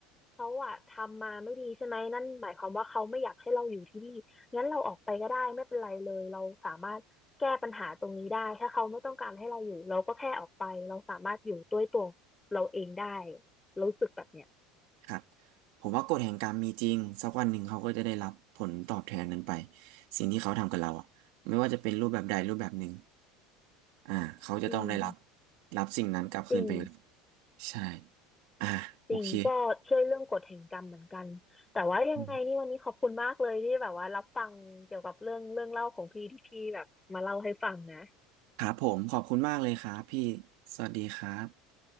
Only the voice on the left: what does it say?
เขาอะทำมาไม่ดีใช่ไหมนั่นหมายความว่าเขาไม่อยากให้เราอยู่ที่นี่งั้นเราออกไปก็ได้ไม่เป็นไรเลยเราสามารถแก้ปัญหาตรงนี้ได้ถ้าเขาไม่ต้องการให้เราอยู่เราก็แค่ออกไปเราสามารถอยู่ด้วยตัวเราเองได้รู้สึกแบบเนี้ย
อืม
จริง
จริงก็เช่วยเรื่องกฎแห่งกรรมเหมือนกันแต่ว่ายังไงนี่วันนี้ขอบคุณมากเลยที่แบบว่ารับฟังเกี่ยวกับเรื่องเรื่องเล่าของพี่ที่พี่แบบมาเล่าให้ฟังนะ